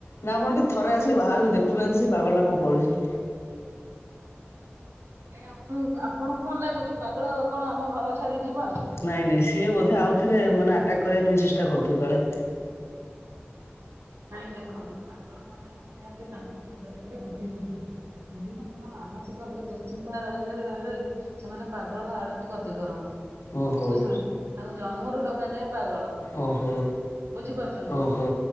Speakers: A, on the left; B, on the right.
A: ନା ଆପଣ ଟିକେ ଥରେ ଆସି ବାହାରକୁ ଦେଖୁନାହାନ୍ତି ସେ ପାଗଳ ଟା କଣ କରୁଛି?
B: କାଇଁ ଆପଣଙ୍କୁ ଆପଣଙ୍କୁ କଣ ଲାଗୁଛି ପାଗଳ କଣ ଆମ ଘର ଛାଡିି଼କି ଯିବନି?
A: ନାଇଁ ନାଇଁ ସିଏ ବୋଧେ ଆଉ ଥରେ ମାନେ ଆଟାକ୍ କରିବା ପାଇଁ ଚେଷ୍ଟା କରୁଥିବ କାଳେ।
B: ନାଇଁ ଦେଖନ୍ତୁ ପାଗଳ ମାନେ ହୋଉଛନ୍ତି ତାଙ୍କ ମୁଣ୍ଡରେ ଟିକେ ବୃଦ୍ଧି ନଥାଏ। ବୁଦ୍ଧି ନାହିଁ ତାଙ୍କ ମାନସିକ ଟିକେ ଦୁଶ୍ଚିନ୍ତା ରହି ରହି ରହି ରହି ସେମାନେ ପାଗଳ ଆଡ଼କୁ ଗତି କରନ୍ତି
A: ଓହୋ
B: ବୁଝି ପାଇଲେ ତାଙ୍କୁ ଜନ୍ମରୁ ଡକାଯାଏ ପାଗଳ
A: ଓହୋ
B: ବୁଝିପାରୁଛନ୍ତି
A: ଓହୋ